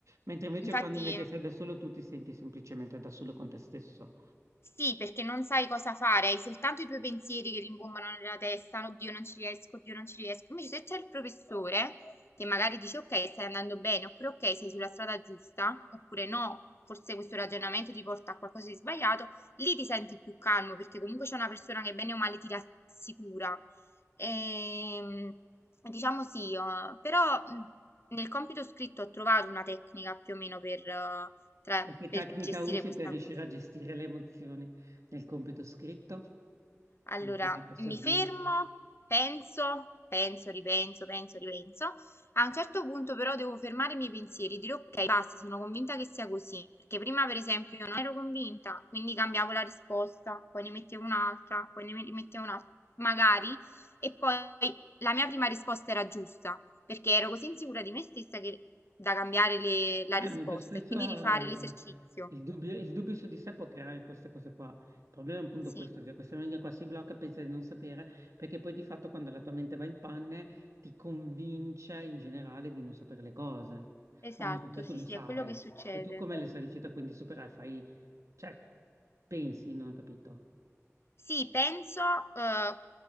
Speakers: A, on the right; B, on the left.
A: Mentre invece
B: infatti
A: quando invece sei da solo tu ti senti semplicemente da solo con te stesso.
B: Sì, perché non sai cosa fare, hai soltanto i tuoi pensieri che rimbombano nella testa, oddio non ci riesco, oddio non ci riesco. Invece se c'è il professore che magari dice ok, stai andando bene, oppure ok, sei sulla strada giusta, oppure no, forse questo ragionamento ti porta a qualcosa di sbagliato, lì ti senti più calmo perché comunque c'è una persona che bene o male ti rassicura. Ehm, diciamo sì, eh, però mh, nel compito scritto ho trovato una tecnica più o meno per eh, tra-
A: E che
B: per
A: tecnica
B: gestire
A: usi
B: questa
A: per riuscire
B: cosa.
A: a gestire le emozioni nel compito scritto?
B: Allora,
A: Che magari può servire?
B: mi fermo, penso, penso, ripenso, penso, ripenso. A un certo punto però devo fermare i miei pensieri, dire ok, basta, sono convinta che sia così, perché prima per esempio io non ero convinta, quindi cambiavo la risposta, poi ne mettevo un'altra, poi ne mettevo un'altra, magari, e poi la mia prima risposta era giusta, perché ero così insicura di me stessa che da cambiare le- la
A: Eh,
B: risposta
A: molto spesso
B: e quindi
A: eh,
B: rifare l'esercizio.
A: il dubbio, il dubbio su di sé può creare queste cose qua. Il problema è appunto
B: Sì,
A: questo, che questa mente qua si blocca, pensa di non sapere, perché poi di fatto quando la tua mente va in panne ti convince in generale di non sapere le cose,
B: esatto,
A: quando in realtà tu
B: sì,
A: le
B: sì,
A: sai.
B: è quello che succede.
A: E tu come le sei riuscita quindi a superare? Fai, cioè, pensi, non ho capito.
B: Sì, penso, eh,